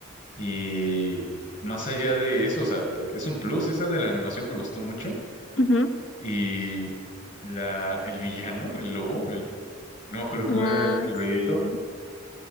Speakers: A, on the left; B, on the left.
A: y más allá de eso, o sea, e- es un plus, esa de la animación me gustó mucho
B: Ujú.
A: y la, el villano, el lobo, el, no me acuerdo cómo
B: Ah,
A: era el, el ruidito,
B: sí,